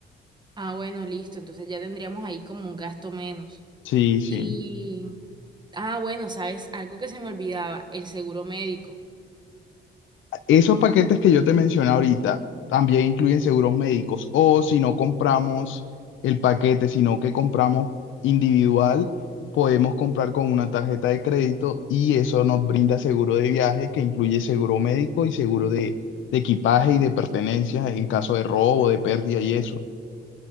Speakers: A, on the right (about 20°); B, on the left (about 75°).
A: Ah, bueno, listo, entonces ya tendríamos ahí como un gasto menos.
B: Sí, sí.
A: Y, ah, bueno, ¿sabes? Algo que se me olvidaba, el seguro médico.
B: Esos paquetes que yo te mencioné ahorita también incluyen seguros médicos. O si no compramos el paquete, sino que compramos individual, podemos comprar con una tarjeta de crédito y eso nos brinda seguro de viaje que incluye seguro médico y seguro de, de equipaje y de pertenencias en caso de robo, de pérdida y eso.